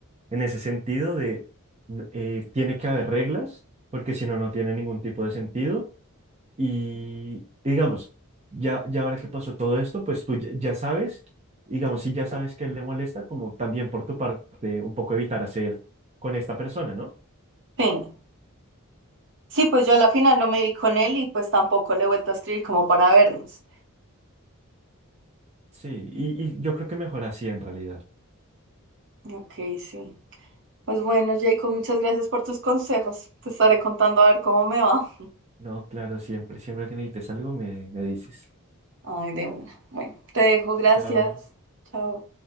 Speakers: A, on the right; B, on the right.
A: en ese sentido de mm, eh, tiene que haber reglas, porque si no, no tiene ningún tipo de sentido. Y, y digamos, ya, ya ahora que pasó todo esto, pues tú ya, ya sabes, digamos, si ya sabes que él le molesta, como también por tu parte, un poco evitar hacer con esta persona, ¿no?
B: Sí, Sí, pues yo a la final no me vi con él y pues tampoco le he vuelto a escribir como para vernos.
A: Sí, y, y yo creo que mejor así en realidad.
B: Ok, sí. Pues bueno, Jacob, muchas gracias por tus consejos. Te estaré contando a ver cómo me va.
A: No, claro, siempre, siempre que necesites algo, me, me dices.
B: Ay, de una. Bueno, te dejo, gracias.
A: Chao.
B: Chao.